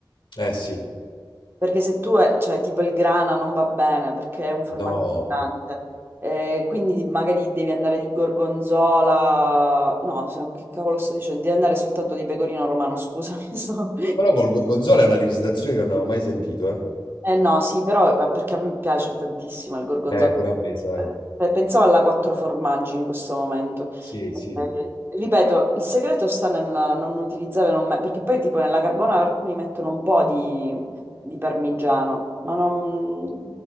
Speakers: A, on the left; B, on the right.
A: Eh sì,
B: Perché se tu, eh, cioè tipo il grana non va bene perché è un formaggio
A: no.
B: pesante, Eh, quindi magari devi andare di gorgonzola, no, se- che cavolo sto dicendo? Devi andare soltanto di pecorino romano, scusami, <laughs> sto
A: Però col gorgonzola è una rivisitazione che non avevo mai sentito, eh.
B: eh no, sì, però ma perché a me piace tantissimo il gorgonzola.
A: Eh, pure a me, sai.
B: Eh, Pensavo alla quattro formaggi in questo momento.
A: Sì, sì.
B: Eh, ripeto, il segreto sta nel non utilizzare, non me- perché poi tipo nella carbonara alcuni mettono un po' di, di parmigiano, ma non...